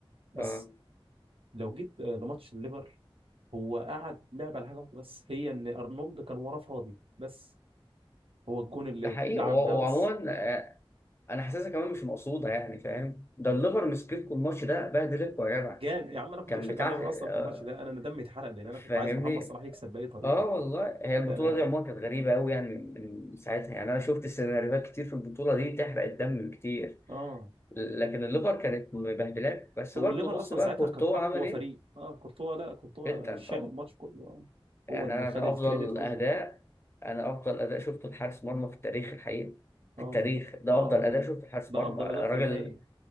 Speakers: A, on the right; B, on the left.
A: بس
B: اه
A: لو جيت آه، لماتش الليفر هو قعد لعب على حاجه واحده بس هي ان ارنولد كان وراه فاضي بس هو الجون اللي
B: ده حقيقي
A: اتلعب
B: و-
A: ده بس
B: وعموما آه، انا حاسسها كمان مش مقصوده يعني فاهم ده الليفر مسكتكم الماتش ده بهدلتكم يا جدع
A: جام يا عم انا كنت
B: كان
A: بشجع
B: بتاع
A: الليفر
B: آه،
A: اصلا في الماتش ده انا أنا دمي اتحرق لان انا
B: فاهمني
A: كنت عايز محمد صلاح يكسب باي طريقه
B: اه والله هي البطوله
A: فانا
B: دي عموما كانت غريبه قوي يعني من من ساعتها يعني انا شفت سيناريوهات كتير في البطوله دي تحرق الدم كتير
A: اه
B: لكن الليفر كانت مبهدلاك بس
A: هو
B: برضه
A: الليفر
B: بص
A: اصلا
B: بقى
A: ساعتها
B: كورتوا
A: كانت اقوى
B: عمل ايه
A: فريق اه كورتوا لا كورتوا
B: جدا
A: شال
B: طبعا
A: الماتش كله اه
B: يعني
A: هو اللي
B: انا
A: خد
B: ده
A: الكريدت
B: افضل
A: كله
B: اداء انا افضل اداء شفته لحارس مرمى في التاريخ الحقيقي
A: اه
B: في التاريخ ده
A: اه
B: افضل اداء شفته لحارس
A: ده
B: مرمى
A: افضل
B: راجل
A: اداء في نهائي